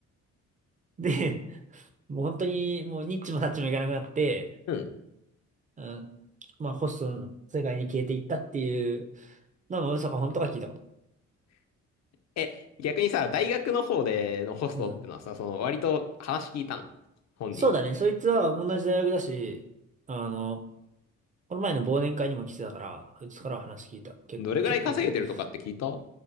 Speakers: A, on the right; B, on the left.
A: で、もう本当に、もうニッチもサッチもいかなくなって、
B: うん。
A: うん、まあ、ホストの世界に消えていったっていう、まあ、まあ嘘か本当か聞いたこと。
B: え、逆にさ、大学の方でのホストってのはさ、
A: うん。
B: その割と話聞いたの本人に。
A: そうだね、そいつは同じ大学だし、あの、この前の忘年会にも来てたから、そいつからは話聞いた。け、
B: どれぐらい稼げてるとかって聞いた
A: 結構聞いた。